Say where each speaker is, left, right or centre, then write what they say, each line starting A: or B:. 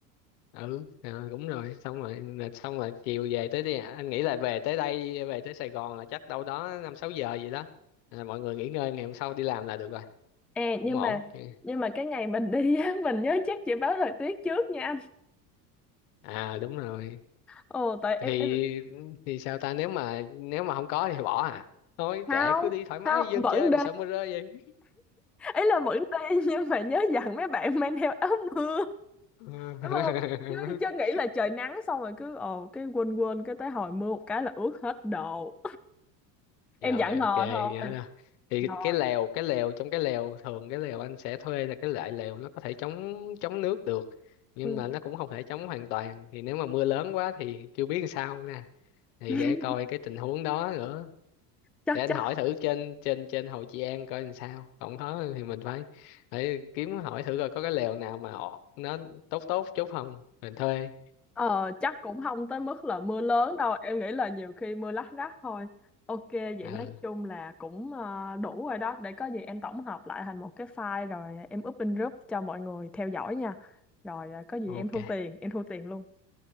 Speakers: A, on the left; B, in the centre.
A: ừ à, đúng rồi xong rồi là xong rồi chiều về tới đây, anh nghĩ là về tới đây về tới Sài Gòn là chắc đâu đó năm sáu giờ gì đó là mọi người nghỉ ngơi ngày hôm sau đi làm là được rồi
B: Ê,
A: cũng
B: nhưng
A: ổn
B: mà
A: chứ
B: nhưng mà cái ngày mình đi á, <laughs> mình nhớ chắc chị báo thời tiết trước nha anh
A: à đúng rồi
B: ồ tại em
A: thì
B: em
A: thì sao ta nếu mà nếu mà không có thì bỏ à thôi
B: không
A: kệ cứ đi thoải mái
B: không
A: dân
B: vẫn
A: chơi
B: đi
A: mà sợ mưa rơi vậy
B: ý là vẫn đi <laughs> nhưng mà nhớ dặn mấy bạn mang theo áo mưa
A: <laughs>
B: đúng không chứ chứ
A: <laughs>
B: nghĩ là trời nắng xong rồi cứ ồ cái quên quên cái tới hồi mưa một cái là ướt hết đồ em
A: rồi
B: giảng
A: ok
B: hò thôi
A: nhớ nè thì
B: Dạ.
A: cái lèo cái lèo trong cái lèo thường cái lèo anh sẽ thuê là cái loại lèo nó có thể chống chống nước được nhưng
B: ừ.
A: mà nó cũng không thể chống hoàn toàn thì nếu mà mưa lớn quá thì chưa biết làm sao nè thì
B: <laughs>
A: để coi cái tình huống đó nữa
B: chắc
A: để anh
B: chắc
A: hỏi thử trên trên trên Hồ Chí An coi làm sao còn đó thì mình phải phải kiếm hỏi thử coi có cái lèo nào mà ọ- nó tốt tốt chút không mình thuê
B: ờ, chắc cũng không tới mức là mưa lớn đâu em nghĩ là nhiều khi mưa lác đác thôi ok vậy
A: ừ
B: nói chung là cũng ờ, đủ rồi đó để có gì em tổng hợp lại thành một cái file rồi em up in group cho mọi người theo dõi nha rồi ờ, có gì
A: ok
B: em thu tiền em thu tiền luôn